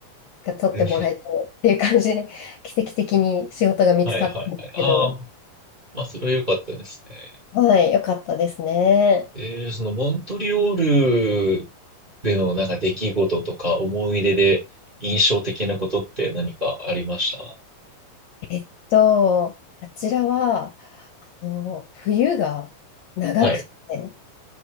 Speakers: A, on the left; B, on the right.
A: 取ってもらえてっていう感じで、
B: うん
A: 奇跡的に仕事が見つかったんですけど、
B: はいはいはい。ああ、まあ、それは良かったですね。
A: はい、よかったですね。
B: えーそのモントリオールでのなんか出来事とか思い出で印象的なことって何かありました
A: えっと、あちらは、あの、冬が長くて、
B: はい。